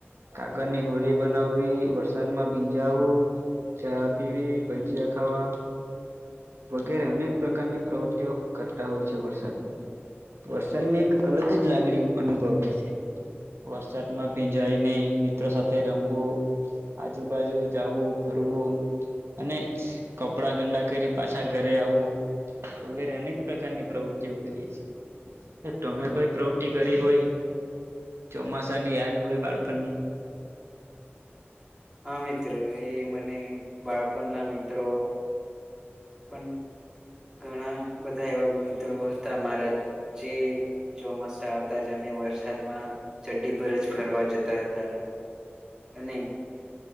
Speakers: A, on the right; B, on the right.
A: કાગળની હોલી બનાવવી વરસાદમાં ભીજાવુ ચા પીવી ભજીયા ખાવા વગેરે અનેક પ્રકારની પ્રવૃત્તિઓ કરતા હોય છે વરસાદમાં વરસાદની અલગ જ લાગણી અનુભવાય છે વરસાદમાં ભીંજારીને મિત્રો સાથે રમવું આજુબાજુ જાવું ફરવું અને કપડા ગંડા કરી પાછા ઘરે આવું વગેરે અનેક પ્રકારની પ્રવૃતિઓ કરીએ છીએ તોમે કોઈ પ્રવૃતિ કરી હોય ચોમાસાની યાદ હોય બાળપણની <unintelligible> <inaudible>
B: હા મિત્ર એ મને બાળપણના મિત્રો પણ ઘણા બધા એવા મિત્રો હતા, મારા જે ચોમાસા આવતા જમી. વરસાદમાં ચડી પર જ ફરવા જતા હતા, અને